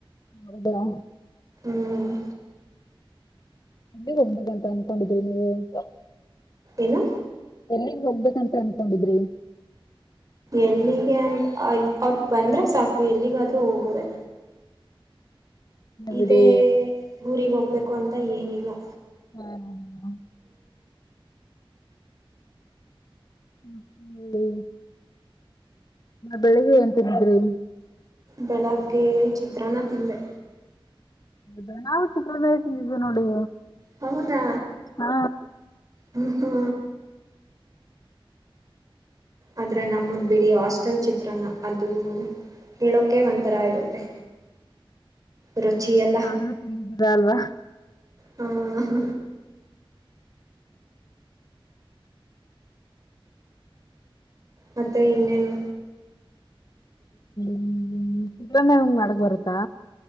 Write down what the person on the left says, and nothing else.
ಹೌದಾ
ಎಲ್ಲಿಗೆ ಹೋಗ್ಬೇಕಂತ ಅನ್ಕೊಂಡಿದ್ರಿ ನೀವು. ಏನ್
<inaudible> ಎಲ್ಲಿಗ್ ಹೋಗ್ಬೇಕಂತ ಅನ್ಕೊಂಡಿದ್ರಿ.
ಬಿಡಿ
ಹಹ್ ಹ್ಮ್ಮ್ ಎಲ್ಲಿ. ಬೆಳಿಗ್ಗೆ ಏನ್ ತಿಂದಿದ್ರಿ.
ದಿನಾ ಚಿತ್ರಾನ್ನ ತಿಂದಿದಿವಿ ನೋಡಿ.
ಹಾ
ಆದ್ರು ತಿಂದಿದ್ದರೆ ಅಲ್ವಾ.
<inaudible> ಚಿತ್ರಾನ್ನ ಮಾಡಕ್ ಬರುತ್ತಾ.